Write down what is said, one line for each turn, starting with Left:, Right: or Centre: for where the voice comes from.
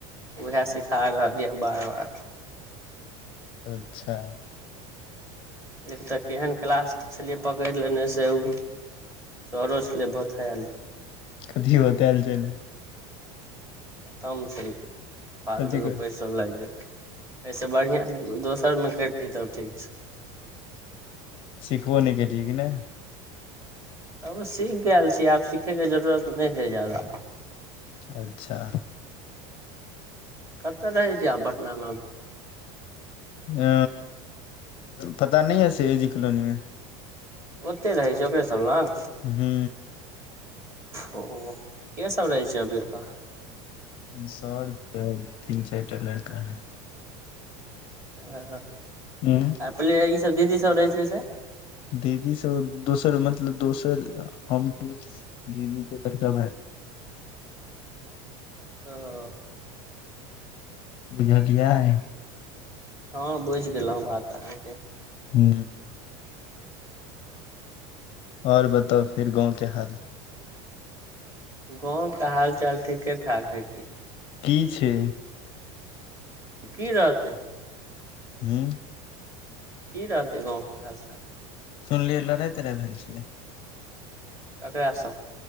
Right: ओहै सिखा रहल यऽ बार बार
Left: अच्छा
Right: एतऽ केहन क्लास छलियै पकड़ि लेने से ओ सरस ले भथयले <inaudible>
Left: कथो बतायल चलै
Right: खतम छै फालतूके
Left: कथी क
Right: पैसा त लागि गेल एहिसे बढ़िआँ दोसरमे करितियै तब ठीक छै
Left: सिखबोने के लिए कि नहि
Right: अब सीख गेल छी आब सीखयके जरूरत नहि है ज्यादा
Left: अच्छा
Right: कतऽ रहै छीय आहाँ पटना मे अभी
Left: ह पता न है से एजी कॉलोनी मे
Right: ओते रहै छै ओकरे सब लंग
Left: हू
Right: ओ के सब रहै छै अभी ओतऽ
Left: सर छै तीन चारि टा लड़का है
Right: हँ
Left: हँ
Right: आ पहिले ई सब दीदी सब रहै छलै से
Left: दीदी सब दोसर मतलब दोसर हमके दीदी के बड़का भाय
Right: ह
Left: बुझलियय
Right: हँ बुझि गेलहु बात अहाँके
Left: हू आऔर बताउ फेर गाँव के हाल
Right: गाँव के हाल चाल ठीके ठाक हइ की
Left: की छै
Right: की रहतै
Left: हूँ
Right: की रहतै गाँव के हालचाल
Left: सुनलियै लड़ाई तराई भेल छलै
Right: केकरा सँ